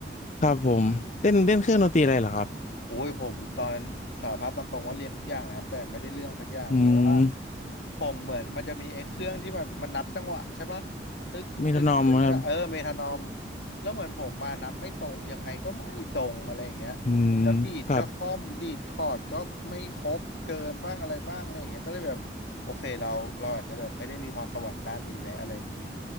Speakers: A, on the left (about 40°); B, on the left (about 75°).
A: ครับผม เล่นเล่นเครื่องดนตรีอะไรเหรอครับ
B: โอ้ยผมตอนนั้นสารภาพตามตรงว่าเรียนทุกอย่างเลยครับแต่ไม่ได้เรื่องสักอย่างเพราะว่า
A: อืม
B: ผมเหมือนมันจะมีไอ้เครื่องที่มันมันนับจังหวะใช่ปะตึกตึกตึกอะเออเมทานอม
A: มีทนอมครับ
B: แล้วเหมือนผมมานับไม่ตรงยังไงก็ไม่ตรงอะไรอย่างเงี้ยแล้วดีดก็ค่อมดีดคอร์ดก็ไม่ครบเกินบ้างอะไรบ้างอะไรอย่างเงี้ยก็เลยแบบโอเคเราเราอาจจะแบบไม่ได้มีพรสวรรค์ด้านนี้และอะไรอย่างเงี้ย
A: อืมครับ